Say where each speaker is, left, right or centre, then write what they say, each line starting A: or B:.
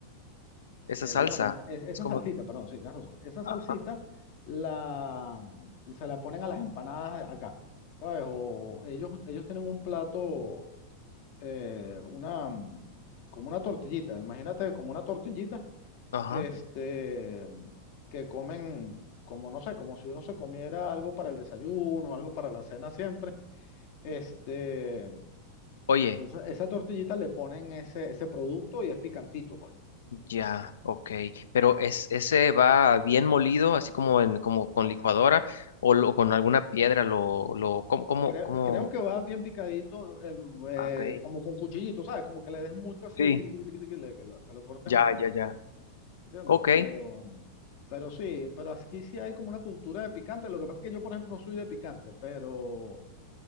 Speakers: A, on the left; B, on the left.
A: esa
B: eh,
A: salsa
B: digamos, es- esa
A: es como...
B: salsita, perdón, sí, tienes razón. Esa
A: Ajá,
B: salsita la, se la ponen a las empanadas acá, ¿sabes? O ellos, ellos tienen un plato, eh, una, mm, como una tortillita, imagínate como una tortillita,
A: ajá.
B: este, que comen, como no sé, como si uno se comiera algo para el desayuno, algo para la cena siempre. Este,
A: Oye,
B: entonces, esa tortillita le ponen ese, ese producto y es picantito, pues.
A: ya, ok. Pero es, ese va bien molido, así como en, como con licuadora o, lo- con alguna piedra, lo, lo, ¿cómo, cómo,
B: Creo,
A: cómo?
B: creo que va bien picadito, eh, eh,
A: Ah, Ok.
B: como con cuchillito, ¿sabes? Como que le des mucho así,
A: Sí,
B: tiqui, tiqui, tiqui, tiqui, le- que, lo, que lo cortes
A: ya,
B: mucho,
A: ya, ya.
B: ¿entiendes?
A: Ok,
B: Pero, pero sí, pero aquí sí hay como una cultura de picante. Lo que pasa es que yo, por ejemplo, no soy de picante, pero,